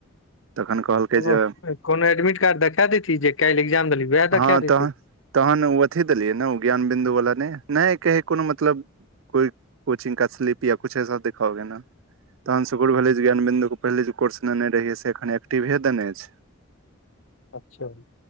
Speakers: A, on the right; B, on the left.
A: तखन कहलकै
B: कोनो
A: जे
B: कोनो एडमिट कार्ड देखा देतही जे काल्हि एक्जाम देलही उएह
A: हँ
B: देखा देतही
A: तहन तहन ओ अथी देलियै ने ओ ज्ञान बिन्दु वला नहि नहि कहै कोनो मतलब कोइ कोचिंग का स्लिप या कुछ ऐसा दिखाओगे नऽ तहन सुकुन भेले जे ज्ञान बन्दु के पहिले जे कोर्स लने रहि से एखन एक्टिवे देने छै
B: अच्छा